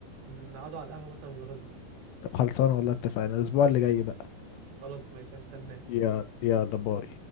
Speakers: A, on the right (about 65°); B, on the left (about 80°).
A: نقعدوا على القهوة مثلا ونراضيه
B: طب خلصانه والله اتفقنا الاسبوع اللي جاي بقى
A: خلاص ماشي هستناك
B: يا يلا باي